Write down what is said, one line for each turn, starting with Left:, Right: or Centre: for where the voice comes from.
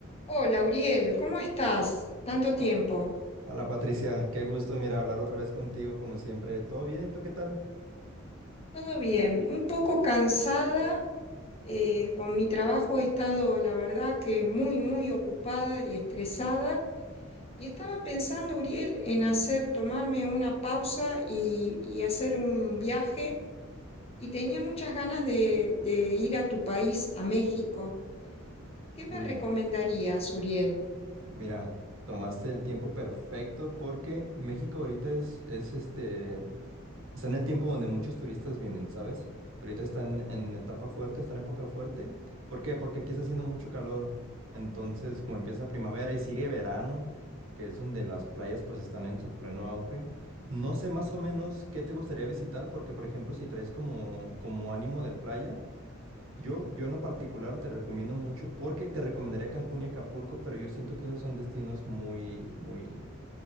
Left: Hola, Uriel, ¿cómo estás? Tanto
Right: Ho-
Left: tiempo.
Right: Hola Patricia, qué gusto, mira, hablar otra vez contigo como siempre. ¿Todo bien? ¿Tú qué tal?
Left: Todo bien, un poco cansada. eh, con mi trabajo he estado, la verdad, que muy, muy ocupada y estresada. Y estaba pensando, Uriel, en hacer, tomarme una pausa y, y hacer un viaje. Y tenía muchas ganas de, de ir a tu país, a México. ¿Qué me
Right: Uy,
Left: recomendarías, Uriel?
Right: mira, tomaste el tiempo perfecto porque México ahorita es, es este, está en el tiempo donde muchos turistas vienen, ¿sabes? Ahorita están en etapa fuerte, está en época fuerte. ¿Por qué? Porque aquí está haciendo mucho calor. Entonces, como empieza primavera y sigue verano, que es donde las playas pues están en su pleno auge. No sé más o menos qué te gustaría visitar, porque por ejemplo, si traes como, como ánimo de playa, Yo, yo en lo particular te recomiendo mucho porque te recomendaría Cancún y Acapulco, pero yo siento que esos son destinos muy, muy,